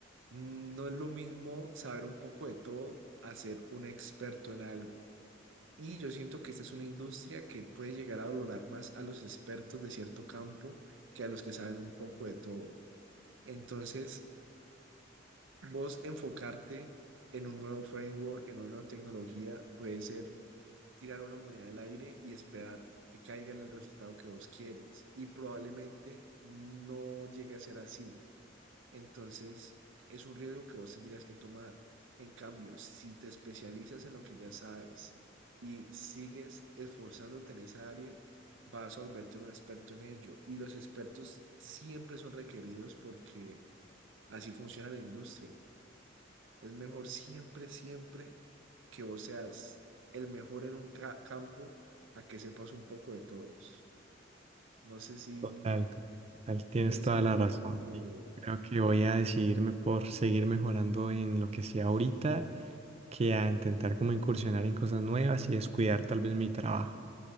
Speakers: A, on the right; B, on the right.
A: no es lo mismo saber un poco de todo a ser un experto en algo. Y yo siento que esta es una industria que puede llegar a valorar más a los expertos de cierto campo que a los que saben un poco de todo. Entonces, vos enfocarte en un nuevo framework, en una nueva tecnología, puede ser tirar una moneda al aire y esperar que caiga en el resultado que vos quieres. Y probablemente no llegue a ser así. Entonces, es un riesgo que vos tendrías que tomar. En cambio, si te especializas en lo que ya sabes y sigues esforzándote en esa área, vas a volverte un experto en ello. Y los expertos siempre son requeridos porque así funciona la industria. Es mejor siempre, siempre que vos seas el mejor en un ca- campo a que sepas un poco de todos. No sé si
B: Total, total, tienes
A: piensas
B: toda
A: lo
B: la
A: mismo.
B: razón. sí. Creo que voy a decidirme por seguir mejorando en lo que sea ahorita que a intentar como incursionar en cosas nuevas y descuidar tal vez mi trabajo.